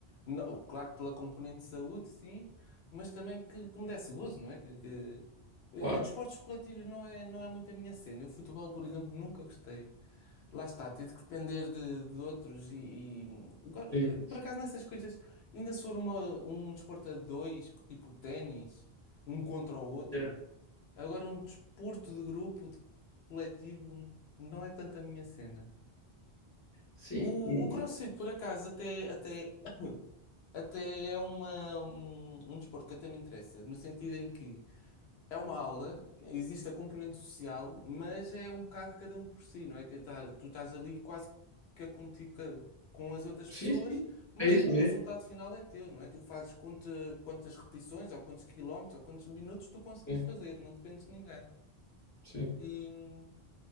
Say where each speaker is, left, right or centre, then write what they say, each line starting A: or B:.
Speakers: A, on the left; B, on the left.
A: não, claro que pela componente de saúde, sim, mas também que, que me desse gozo, não é? Que, que... Eu,
B: Claro.
A: eu desportos coletivos não é, não é muito a minha cena. Eu futebol, por exemplo, nunca gostei. Lá está, ter de depender de, de outros e, e, hum, go-
B: Sim,
A: por acaso nessas coisas, ainda se for uma, um desporto a dois, tipo ténis, um contra o outro,
B: É.
A: agora um desporto de grupo, de coletivo, não é tanto a minha cena.
B: sim,
A: O,
B: e-
A: o CrossFit, por acaso, até, até, <coughs> <clears throat> até é uma, um, um desporto que até me interessa, no sentido em que é uma aula, existe a componente social, mas é um bocado cada um por si, não é? Que tá- tu estás ali quase que a competir ca- com as outras
B: sim,
A: pessoas,
B: sim.
A: mas
B: É isso
A: o, o
B: mesmo.
A: resultado final é teu, não é? Tu fazes quanta- quantas repetições, ou quantos quilómetros, ou quantos minutos tu conseguis
B: Sim,
A: fazer, não dependes de ninguém.
B: sim.
A: E,